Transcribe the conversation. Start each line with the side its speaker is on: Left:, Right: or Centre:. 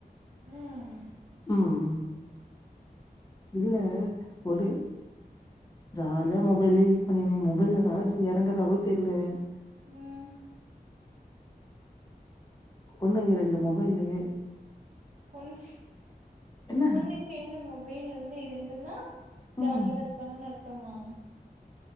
Right: ம்
Left: உம் இல்ல ஒரடு ஜால்யா மொபைலே யூஸ் பண்ணினேந்த மெல்ல சார்ஜிர்
Right: ஜாலியா
Left: எறங்கதாவொ தெர்ல
Right: ம்
Left: ஒன்னுகு ரெண்டு மொபைலு
Right: ஒன்னுஷ்
Left: என்ன
Right: பொண்ணுகு ரெண்டு மொபெய்ல் வந்து இருந்துன்னா ஜாலியா
Left: ம்
Right: இருக்காங்கன் அர்த்தமா